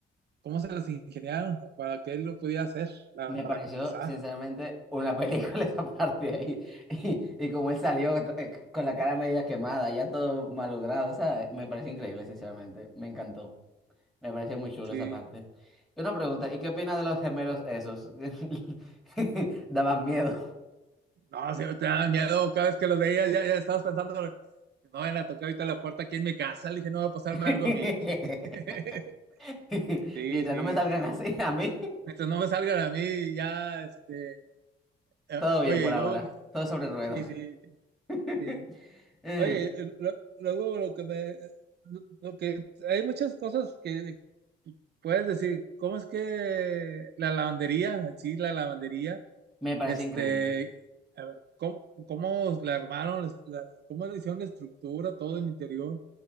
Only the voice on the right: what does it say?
¿Cómo se las ingeniaron para que él lo pudiera hacer, la-
para
empezar?
Sí,
no, sí, te da miedo cada vez que los veías, ya, ya estabas pensando, no van a tocar ahorita la puerta aquí en mi casa, le dije, no va a pasarme
algo a mí. <laughs> Sí,
sí,
sí.
Mientras no me salgan a mí, ya, este, eh,
oye,
y
luego, que-
sí, sí,
sí.
Oye, eh, lo- luego lo que me, eh, lo lo que, hay muchas cosas que puedes decir, ¿cómo es que la lavandería, en sí, la lavandería,
este,
a ¿cómo, cómo la armaron, les- la- cómo le hicieron la estructura, todo el interior